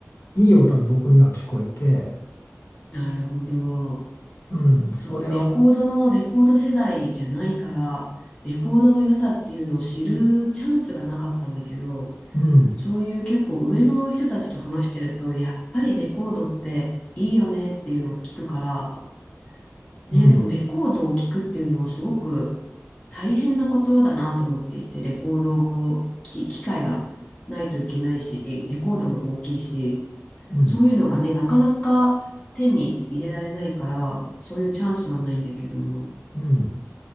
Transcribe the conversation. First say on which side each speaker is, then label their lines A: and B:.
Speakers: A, on the left; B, on the left.
A: いい音に僕には聞こえて、
B: なるほど。
A: うん、
B: そのレコードのレコード世代じゃないから、
A: それを、
B: レコードの良さっていうのを知るチャンスがなかったんだけど、
A: うん、
B: そういう結構上の人たちと話してると、やっぱりレコードっていいよねっていうのを聞くから、ね、
A: うん、
B: でもレコードを聞くっていうのはすごく大変なことだなと思っていて、レコードを、き、機械がないといけないし、レコードも大きいし、
A: うん、
B: そういうのがね、なかなか手に入れられないから、そういうチャンスはないんだけども、
A: うん、